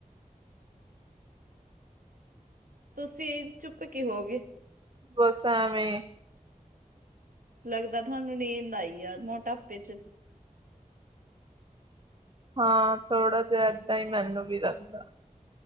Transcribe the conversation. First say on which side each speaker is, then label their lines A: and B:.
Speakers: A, on the right; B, on the right.
A: ਤੁਸੀਂ ਚੁੱਪ ਕੀ ਹੋਗੇ?
B: ਬਸ ਐਵੇਂ।
A: ਲੱਗਦਾ ਥਾਂ ਮਨੂੰ ਨੀਂਦ ਆਈ ਆ ਮੋਟਾਪੇ ਚ।
B: ਹਾਂ ਥੋੜਾ ਜਾ ਐਦਾਂ ਈ ਮੈਨੂੰ ਵੀ ਲੱਗਦਾ।